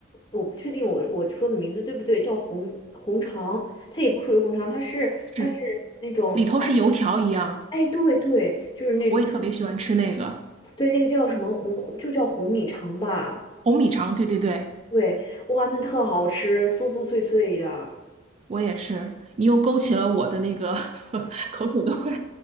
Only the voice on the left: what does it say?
我不确定我我说的名字对不对，叫红红肠，它也不属于红肠，它是它是那种，
哎，对对，就是那
对那个叫什么红红，就叫红米肠吧，
对，哇，那特好吃，酥酥脆脆的。